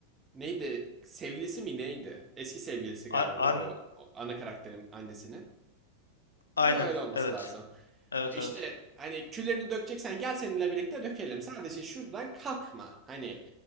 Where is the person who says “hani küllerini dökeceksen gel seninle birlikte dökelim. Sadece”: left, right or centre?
Right